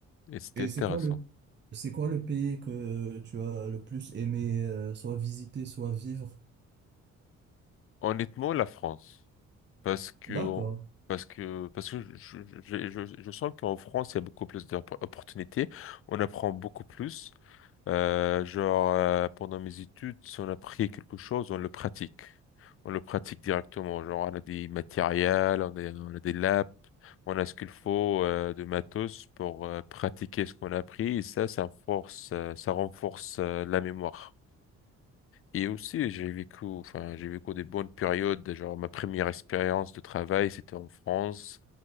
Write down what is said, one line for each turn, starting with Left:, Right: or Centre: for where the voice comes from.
Left: et c'était
Right: Et
Left: intéressant.
Right: c'est quoi le, c'est quoi le pays que tu as le plus aimé, euh, soit visiter, soit vivre?
Left: Honnêtement, la France. Parce que,
Right: D'accord,
Left: parce que, parce que je, je, je, je- je sens qu'en France, il y a beaucoup plus d'opportunités. On apprend beaucoup plus. Euh, genre, euh, pendant mes études, si on a appris quelque chose, on le pratique. On le pratique directement. Genre, on a des matériels, on a, on a des labs, on a ce qu'il faut euh, de matos pour euh, pratiquer ce qu'on a appris. Et ça, ça force, euh, ça renforce euh, la mémoire. Et aussi, j'ai vécu, enfin, j'ai vécu des bonnes périodes. Genre, ma première expérience de travail, c'était en France.